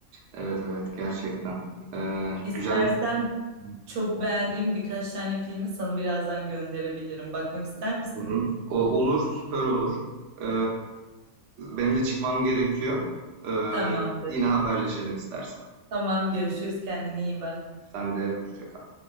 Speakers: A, on the right; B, on the right.
A: Evet evet gerçekten. Ee,
B: İstersen
A: güzel. Hı
B: çok beğendiğim birkaç tane filmi sana birazdan gönderebilirim. Bakmak ister misin?
A: hı. O, olur süper olur. Ee, benim de çıkmam gerekiyor. Ee,
B: Tamamdır.
A: yine haberleşelim istersen.
B: Tamam görüşürüz kendine iyi bak.
A: Sen de hoşça kal.